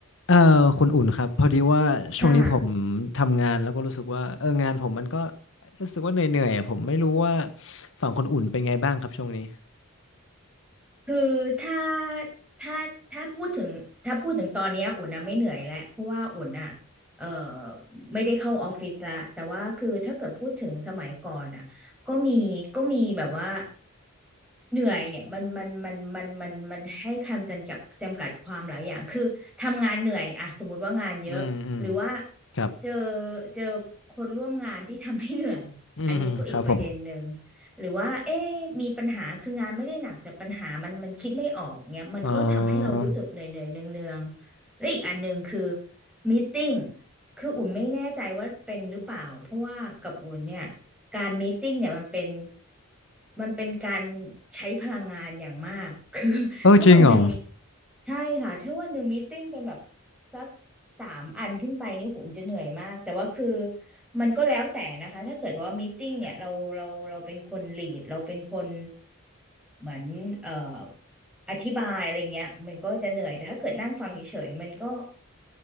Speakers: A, on the left (about 65°); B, in the centre.
A: เอ่อคุณอุ่นครับพอดีว่าช่วงนี้ผม
B: ค่ะ
A: ทำงานแล้วก็รู้สึกว่าเอองานผมมันก็รู้สึกว่าเหนื่อยๆอะผมไม่รู้ว่าฝั่งคนอุ่นเป็นไงบ้างครับช่วงนี้
B: คือถ้าถ้าถ้าพูดถึงถ้าพูดถึงตอนเนี้ยอุ่นนะไม่เหนื่อยแล้วเพราะว่าอุ่นอ่ะเอ่อไม่ได้เข้าออฟฟิศละแต่ว่าคือถ้าเกิดพูดถึงสมัยก่อนอ่ะก็มีก็มีแบบว่าเหนื่อยเนี่ยมันมันมันมันมันมันให้คำจำกัดจำกัดความหลายอย่างคือทำงานเหนื่อยอะสมมติว่างานเยอะหรือว่า
A: อืมอืมครับ
B: เจอเจอคนร่วมงานที่ทำให้เหนื่อยอันนี้ก็อีกประเด็นหนึ่ง
A: อืมครับผม
B: หรือว่าเอ๊ะมีปัญหาคืองานไม่ได้หนักแต่ปัญหามันมันคิดไม่ออกเงี้ยมันก็ทำให้เรารู้สึกเหนื่อยเหนื่อยเนืองเนืองๆและอีกอันหนึ่งคือ
A: เออ
B: มีตติ้งคืออุ่นไม่แน่ใจว่าเป็นหรือเปล่าเพราะว่ากับอุ่นเนี่ย การมีตติ้งเนี่ยมันเป็นมันเป็นการใช้พลังงานอย่างมาก <laughs> คือถ้าวันหนึ่งมี
A: โอ้จริงเหรอ
B: ใช่ค่ะถ้าวันหนึ่งมีตติ้งเป็นแบบสักสามอันขึ้นไปนี่ผมจะเหนื่อยมากแต่ว่าคือมันก็แล้วแต่นะคะถ้าเกิดว่ามีตติ้งเนี่ยเราเราเราเป็นคนลีดเราเป็นคนเหมือนเอ่ออธิบายอะไรเงี้ยมันก็จะเหนื่อยแต่ถ้าเกิดนั่งฟังเฉยๆมันก็